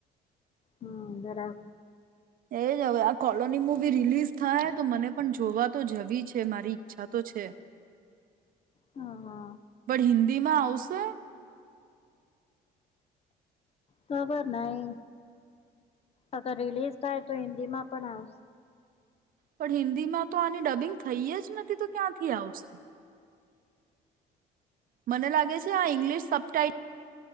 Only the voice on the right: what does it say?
એજ હવે આ કોલોની મુવી રિલીઝ થાય તો મને પણ જોવા તો જવી છે મારી ઈચ્છા તો છે.
બટ હિન્દી માં આવશ સા
પણ હિન્દીમાં તો આની ડબિંગ થઈ જ નથી તો ક્યાંથી આવશે? મને લાગે છે આ ઇંગ્લિશ સબ ટાઇટ